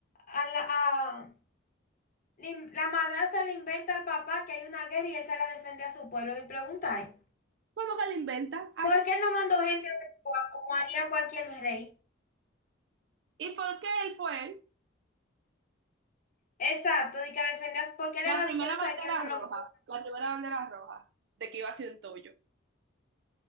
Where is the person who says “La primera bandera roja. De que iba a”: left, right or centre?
Right